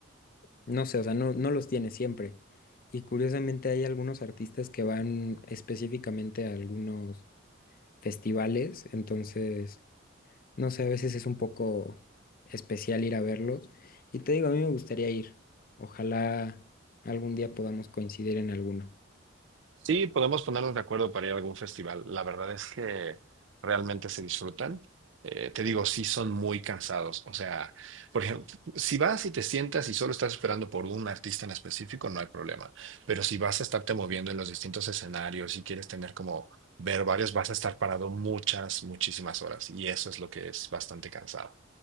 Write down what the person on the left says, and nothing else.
no sé, o sea, no, no los tiene siempre. Y curiosamente hay algunos artistas que van específicamente a algunos festivales, entonces, no sé, a veces es un poco especial ir a verlos. Y te digo, a mí me gustaría ir. Ojalá algún día podamos coincidir en alguno.